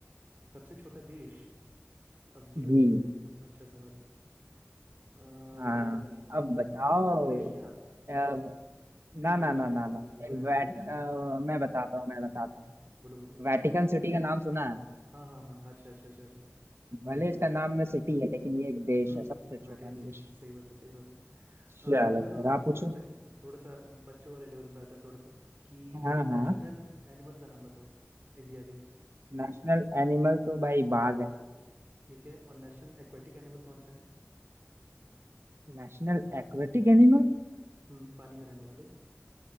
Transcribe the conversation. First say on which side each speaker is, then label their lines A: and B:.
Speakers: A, on the right; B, on the right.
A: सबसे छोटा देश अब ये
B: जी
A: पूछ लिया भाई तुम अच्छा सवाल अ,
B: हाँ
A: नहीं पता नहीं पता
B: अब बताओ
A: यूरेशिया
B: अब-
A: नहीं
B: ना
A: यूरेशिया
B: ना ना ना
A: क्यों
B: ना
A: होगा
B: एक
A: यार
B: वैट,
A: यूरेशिया
B: अ,
A: क्यों होगा
B: मैं बताता हूँ मैं बताता हूँ
A: बोलो बोलो
B: वेटिकन सिटी का नाम सुना है
A: हाँ हाँ हाँ अच्छा अच्छा अच्छा अच्छा
B: भले
A: ठीक
B: इसका
A: है ठीक
B: नाम
A: है
B: में सिटी है लेकिन ये एक देश
A: हम्म
B: है
A: हम्म,
B: सबसे छोटा
A: वेटिकन सिटी
B: देश
A: है सही बात है सही बात है अ,
B: चलो
A: ये बताओ
B: फिर आप पूछो
A: थोड़ा सा थोड़ा सा बच्चों वाले लेवल पे आते हैं थोड़ा सा कि
B: हाँ
A: नेशनल
B: हाँ
A: एनिमल का नाम बताओ इंडिया के
B: नेशनल एनिमल तो भाई बाघ है
A: ठीक है और नेशनल एक्वेटिक एनिमल कौन सा है
B: National aquatic animal
A: हम्म पानी में रहने वाले